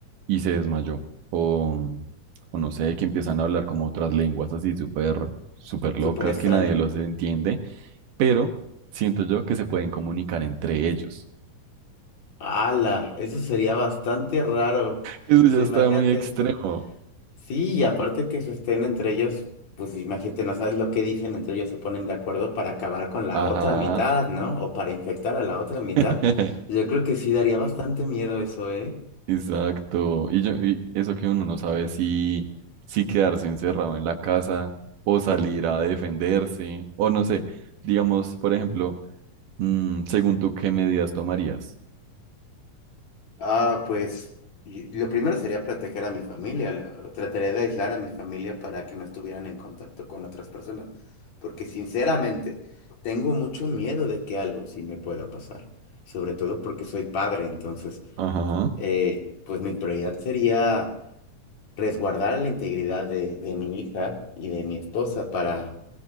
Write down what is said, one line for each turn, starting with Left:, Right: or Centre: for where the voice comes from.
Right: y se desmayó. O, o no sé, que empiezan a hablar como otras lenguas así súper, súper locas
Left: súper extraño.
Right: que nadie los entiende, pero siento yo que se pueden comunicar entre ellos.
Left: ¡Hala! Eso sería bastante raro.
Right: Eso
Left: O
Right: ya
Left: sea, imagínate.
Right: está muy extremo.
Left: Sí, y aparte que se estén entre ellos, pues imagínate, no sabes lo que dicen, entre ellos se ponen de acuerdo para acabar con la
Right: Ajá.
Left: otra mitad, ¿no? O para infectar a la otra mitad.
Right: <laughs>
Left: Yo creo que sí daría bastante miedo eso, ¿eh?
Right: Exacto. Y, yo, y eso que uno no sabe si, si quedarse encerrado en la casa o salir a defenderse o no sé, digamos, por ejemplo, mm, según tú, ¿qué medidas tomarías?
Left: Ah, pues y- y lo primero sería proteger a mi familia. lo- Trataré de aislar a mi familia para que no estuvieran en contacto con otras personas. Porque sinceramente, tengo mucho miedo de que algo sí me pueda pasar. Sobre todo porque soy padre. Entonces,
Right: Ajá.
Left: eh, pues mi prioridad sería resguardar la integridad de, de mi hija y de mi esposa para